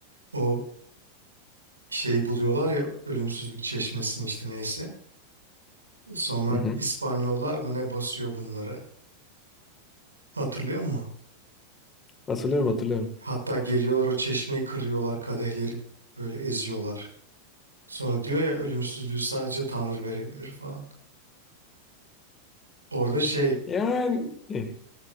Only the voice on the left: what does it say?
Hı hı.
Hatırlıyorum hatırlıyorum.
Yani <laughs>